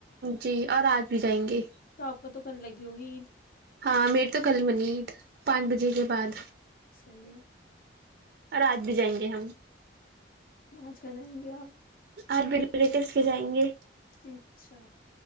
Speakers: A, on the right; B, on the left.
A: جی اور آج بھی جائیں گے
B: تو آپ کا تو ک لگی ہوگی عید
A: ہاں میرے تو کل منیید پانچ بجے کے بعد
B: صحیح
A: اور آج بھی جائیں گے ہم
B: آچ کر جائیں گے آپ
A: آ بی پیٹس کے جائیں گے
B: اچھا